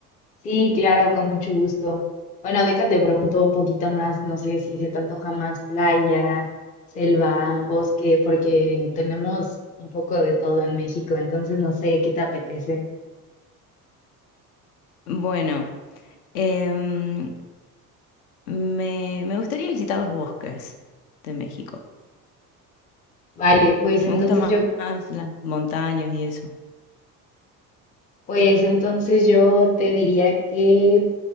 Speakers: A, on the left; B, on the left.
A: Sí, claro, con mucho gusto. Bueno, déjate pregunto un poquito más, no sé si se te antoja más playa, selva, bosque, porque tenemos un poco de todo en México, entonces no sé qué te apetece.
B: Bueno. Em, me, me gustaría visitar los bosques de México.
A: Vale, pues
B: Me
A: entonces
B: gustan más,
A: yo,
B: más las montañas y eso.
A: pues entonces yo te diría que